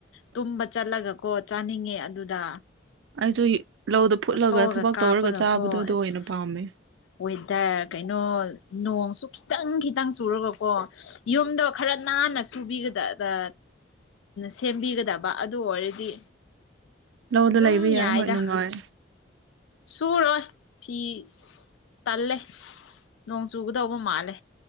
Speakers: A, on the left; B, on the right.
A: ꯇꯨꯝꯕ ꯆꯠꯂꯒ ꯀꯣ ꯆꯥꯅꯤꯡꯉꯦ ꯑꯗꯨꯗ
B: ꯑꯩꯁꯨ ꯂꯧꯗ ꯐꯨꯠꯂꯒ
A: ꯐꯣꯇꯣꯒ
B: ꯊꯕꯛ
A: ꯀꯥꯞꯄꯒꯀꯣ
B: ꯇꯧꯔꯒ ꯆꯥꯕꯗꯣꯗꯣ
A: ꯑꯁ
B: ꯑꯣꯏꯅ ꯄꯥꯝꯃꯦ
A: ꯋꯦꯗꯔ ꯀꯩꯅꯣ ꯅꯣꯡꯁꯨ ꯈꯤꯇꯪ ꯈꯤꯇꯪ ꯆꯨꯔꯒꯀꯣ ꯌꯨꯝꯗꯣ ꯈꯔ ꯅꯥꯟꯅ ꯁꯨꯕꯤꯒꯗꯗ ꯁꯦꯝꯕꯤꯒꯗꯕ ꯑꯗꯨ ꯑꯣꯏꯔꯗꯤ
B: ꯂꯧꯗ
A: ꯑꯗꯨꯝ
B: ꯂꯩꯕ ꯌꯥꯏ
A: ꯌꯥꯏꯗ
B: ꯍꯣꯏ ꯅꯨꯡꯉꯥꯏ
A: ꯁꯨꯔꯣꯏ ꯐꯤ ꯇꯜꯂꯦ ꯅꯣꯡ ꯆꯨꯒꯗꯧꯕ ꯃꯥꯜꯂꯦ